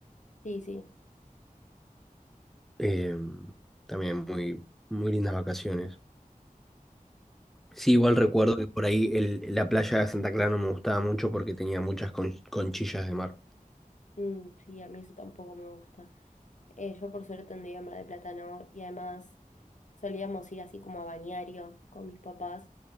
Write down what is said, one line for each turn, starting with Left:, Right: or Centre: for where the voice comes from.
Left: Sí, sí.
Centre: Eh, también muy, muy lindas vacaciones. Sí,
Left: Y
Centre: igual recuerdo que por ahí el- la playa de Santa Clara no me gustaba mucho porque tenía muchas con- conchillas de mar.
Left: mm, sí, a mí eso tampoco me gusta. Eh, yo por suerte andaba en Mar de plátano y además solíamos ir así como a balneario con mis papás.